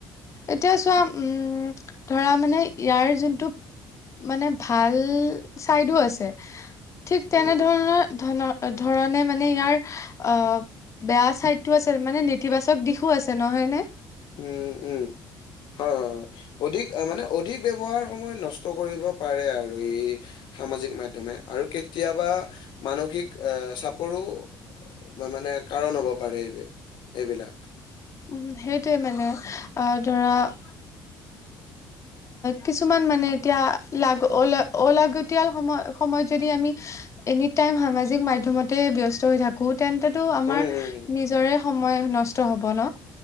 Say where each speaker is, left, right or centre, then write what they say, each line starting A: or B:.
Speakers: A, on the left (about 35°); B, on the left (about 60°).
A: এতিয়া চোৱা উম, ধৰা মানে ইয়াৰ যোনটো - মানে ভাল চাইডো আছে, ঠিক তেনে
B: উম,
A: ধৰণৰ ধৰণ ধৰণে মানে ইয়াৰ আ - বেয়া চাইডটো আছে মানে, নেতিবাচক দিশো আছে নহয় নে?
B: উম, উম। হয় হয় হয়, অধিক মানে অধিক ব্যৱহাৰ সময় নষ্ট কৰিব পাৰে আৰু ই - সামাজিক মাধ্যমে আৰু কেতিয়াবা মানসিক আহ চাপৰো - মা মানে কাৰণ হ'ব পাৰে এইবি এইবিলাক।
A: উম হু, সেইটোৱে মানে আহ ধৰা - কিছুমান মানে এতিয়া লাগ অল-অলাগতিয়াল সময় সময়ত যদি আমি - এনিটাইম সামাজিক মাধ্যমতে ব্যস্ত হৈ থাকো। তেন্ততো আমাৰ
B: উম, উম,
A: নিজৰে সময় নষ্ট হ'ব ন'?